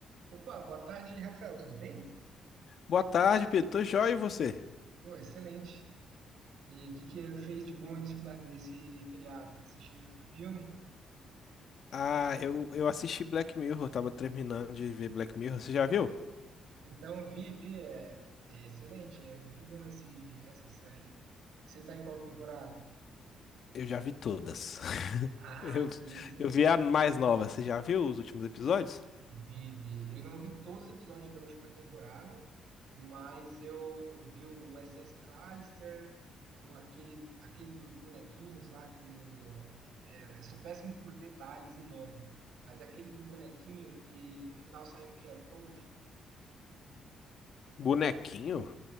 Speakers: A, on the right (about 80°); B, on the left (about 60°).
A: Opa, boa tarde, Rafael, tudo bem?
B: Boa tarde, Pedro. Tô joia e você?
A: Pô, excelente. E o que que fez de bom nesse, fina- nesse feriado? Assistiu muito filme?
B: Ah, eu, eu assisti Black Mirror, eu tava terminando de ver Black Mirror. Você já viu?
A: Então, vi, vi, é, é excelente, é muito bom esse, essa série, hein? Você tá em qual temporada? <laughs>
B: Eu já vi todas. <laughs>
A: Ah,
B: Eu,
A: que isso,
B: eu vi a mais nova. Você já viu os últimos episódios?
A: Vive. Eu não vi todos os episódios da última temporada, mas eu eu vi o SS Callister, um, aquele, aquele dos bonequinhos lá que o. é, eu sou péssimo por detalhes e nome, mas aquele do bonequinho que no final sai um QR Code
B: Bonequinho?